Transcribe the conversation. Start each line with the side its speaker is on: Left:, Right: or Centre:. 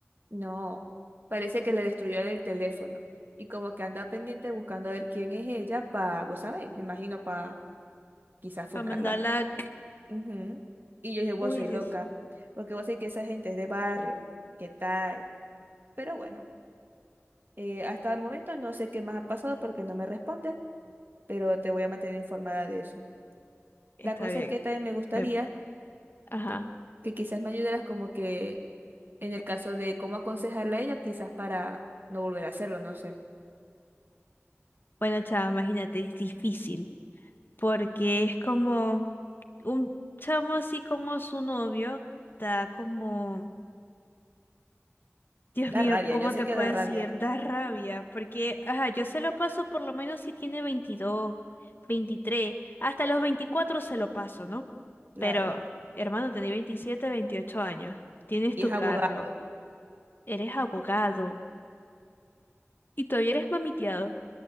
Right: No, parece que le destruyó el teléfono y como que anda pendiente buscando a ver quién es ella para, vos sabéis, me imagino para quizás funarla.
Left: Para mandarla.
Right: Ujú. Y yo dije, vos
Left: Uy,
Right: soy
Left: Dios,
Right: loca, porque vos sabés que esa gente es de barrio, ¿qué tal? Pero bueno, eh, hasta el momento no sé qué más ha pasado porque no me responde, pero te voy a mantener informada de eso.
Left: está
Right: La cosa
Left: bien.
Right: es que también me gustaría
Left: Ve- Ajá.
Right: que, que quizás me ayudaras como que en el caso de cómo aconsejarla a ella, quizás para no volver a hacerlo, no sé.
Left: Bueno, chava, imagínate, es difícil porque es como un chamo así como su novio, da como, Dios
Right: Da
Left: mío,
Right: rabia,
Left: ¿cómo
Right: yo
Left: te
Right: sé
Left: puedo
Right: que da
Left: decir?
Right: rabia,
Left: Da rabia porque, ajá, yo se lo paso por lo menos si tiene veintidós veintitrés hasta los 24 se lo paso, ¿no?
Right: claro.
Left: Pero, hermano, tenés 27 28 años, tienes
Right: Y
Left: tu
Right: es abogado,
Left: carro, eres abogado y todavía eres mamiteado